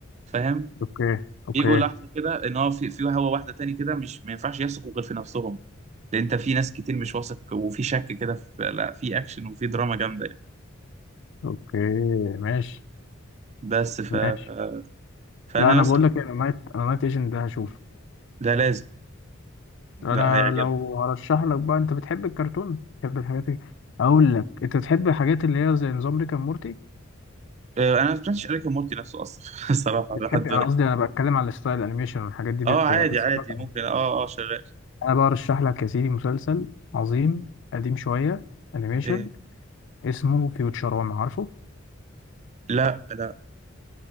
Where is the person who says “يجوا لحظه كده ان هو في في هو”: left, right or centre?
Right